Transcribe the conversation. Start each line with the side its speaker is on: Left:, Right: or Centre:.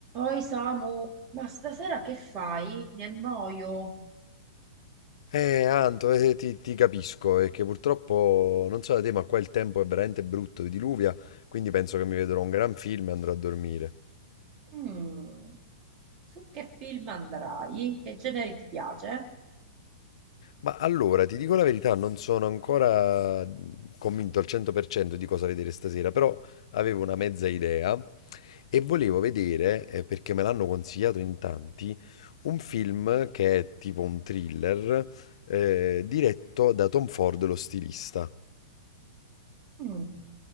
Right: Oi Samu, ma stasera che fai? Mi annoio.
Left: Eh, Anto, eh, ti, ti capisco, è che purtroppo, non so da te, ma qua il tempo è veramente brutto, diluvia, quindi penso che mi vedrò un gran film e andrò a dormire.
Right: Mm, Su che film andrai? Che genere ti piace?
Left: Ma allora, ti dico la verità, non sono ancora convinto al 100% di cosa vedere stasera, però avevo una mezza idea e volevo vedere, eh, perché me l'hanno consigliato in tanti, un film che è tipo un thriller, eh, diretto da Tom Ford, lo stilista.
Right: Mm.